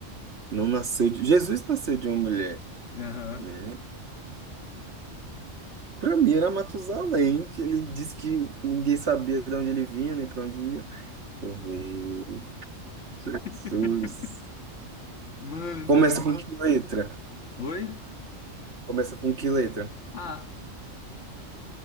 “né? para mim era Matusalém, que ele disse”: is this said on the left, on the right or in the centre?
Right